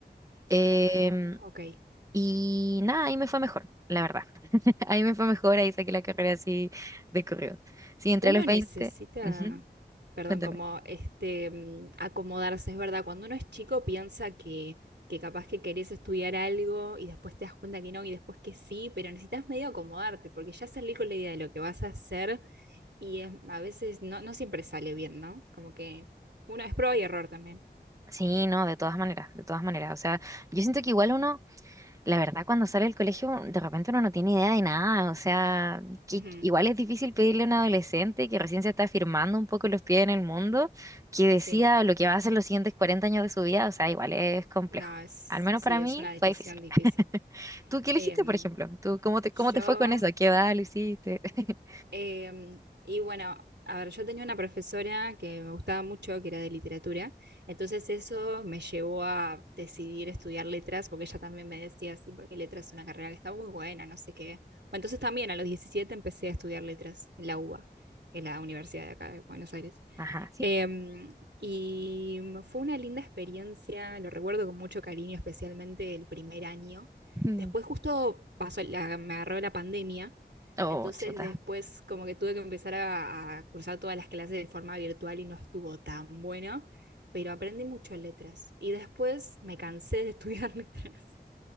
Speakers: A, on the right; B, on the right.
A: Em,
B: oh, ok,
A: y nada, ahí me fue mejor, la verdad. <laughs> Ahí me fue mejor, ahí saqué la carrera así de corrido. Sí, entré
B: Uno
A: a los
B: necesita,
A: veinte, Ujú,
B: perdón,
A: Cuéntame.
B: como este, mm, acomodarse, es verdad, cuando uno es chico piensa que, que capaz que querés estudiar algo y después te das cuenta que no y después que sí, pero necesitas medio acomodarte porque ya salir con la idea de lo que vas a hacer y es- a veces no, no siempre sale bien, ¿no? Como que uno es prueba y error también.
A: Sí, no, de todas maneras, de todas maneras. O sea, yo siento que igual uno La verdad, cuando sale del colegio, de repente uno no tiene idea de nada. O sea, que-
B: Ujú,
A: igual es difícil pedirle a un adolescente que recién se está firmando un poco los pies en el mundo, que decida
B: Sí,
A: lo que va a hacer los siguientes 40 años de su vida. O sea, igual es complejo.
B: no, es,
A: Al menos
B: sí,
A: para
B: es
A: mí
B: una decisión
A: fue difícil.
B: difícil.
A: <laughs> ¿Tú qué elegiste,
B: Em,
A: por ejemplo? ¿Tú cómo te, cómo
B: yo
A: te fue con eso? ¿A qué edad lo hiciste? <laughs>
B: Em, y bueno, a ver, yo tenía una profesora que me gustaba mucho, que era de literatura, entonces eso me llevó a decidir estudiar letras, porque ella también me decía, sí, porque letras es una carrera que está muy buena, no sé qué. Bueno, entonces también a los 17 empecé a estudiar letras en la UBA, en la universidad de acá de Buenos Aires.
A: Ajá, ¿sí?
B: Em, y fue una linda experiencia, lo recuerdo con mucho cariño, especialmente el primer año.
A: Mm.
B: Después justo pasó la- me agarró la pandemia,
A: Oh,
B: entonces
A: chuta.
B: después como que tuve que empezar a, a cursar todas las clases de forma virtual y no estuvo tan bueno, pero aprendí mucho en letras. Y después me cansé de estudiar <laughs> letras.